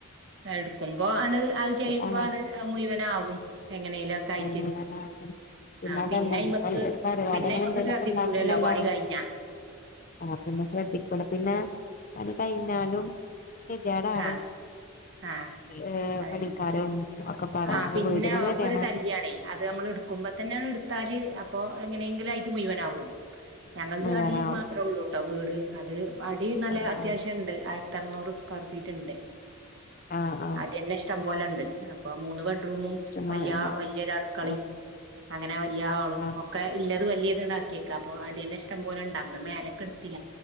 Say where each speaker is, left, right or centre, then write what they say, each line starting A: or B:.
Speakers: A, on the right; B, on the left.
A: എടുക്കുമ്പോ ആണ് അത് ചെയ്യുമ്പോ
B: ആ
A: ആണ് അത് മുഴുവനാകും എങ്ങനെയിലൊക്കെ ആയിട്ട്
B: നൂറാനാകും. പിന്നെ
A: ആഹ്
B: അതല്ല
A: പിന്നെ അയ്മക്ക്
B: ഇനിയിപ്പോ ഒരു പരിപാടി
A: പിന്നെ
B: അങ്ങനെ
A: അയ്മക്ക്
B: എന്തെലുമൊക്കെ
A: ശ്രദ്ധിക്കൂലല്ലോ
B: ഉണ്ടാക്കുമ്പോ എല്ലാരും
A: പണി കഴിഞ്ഞാ
B: ആ പിന്നെ ശ്രദ്ധിക്കണം പിന്നെ പണി കഴിഞ്ഞാലും കെതിയേടാണ്
A: ആഹ് ആഹ്
B: ഏഹ്
A: അതന്നെ
B: പണിക്കാരും ഒക്കെ പാടാവുമ്പോ
A: ആഹ് പിന്നെ
B: വീടിനും
A: ഒക്കെ
B: കെതിയേടാണ്
A: ഒരു ശല്യാണേ അത് നമ്മൾ എടുക്കുമ്പോ തന്നെ എടുത്താല് അപ്പൊ എങ്ങനെയെങ്കിലും ആയിട്ട് മുഴുവനാകും ഞങ്ങളത്
B: മുഴുവനാവും
A: അടി മാത്രേ ഉള്ളൂട്ടോ വീട് അത് അടി നല്ല
B: ആഹ്
A: അത്യാവശ്യം ഉണ്ട് ആയിരത്തി അറുന്നൂറ് സ്ക്വയർ ഫീറ്റ് ഉണ്ട്
B: ആഹ് ആഹ് ആഹ്
A: അടിന്നെ ഇഷ്ടം പോലെ ഉണ്ട് അപ്പൊ മൂന്ന് ബെഡ്റൂമും
B: കസ്റ്റമർണ്ട്
A: വലിയ വലിയൊരു അടുക്കളയും
B: ആഹ്
A: അങ്ങനെ വലിയ ഹാളും
B: ആഹ്
A: ഒക്കെ ഇല്ലത് വലിയത് ഇണ്ടാക്കിയേക്ക അപ്പൊ അടിയന്നെ ഇഷ്ടം പോലെ ഇണ്ട് അന്ന് മേലക്ക് എടുത്തില്ല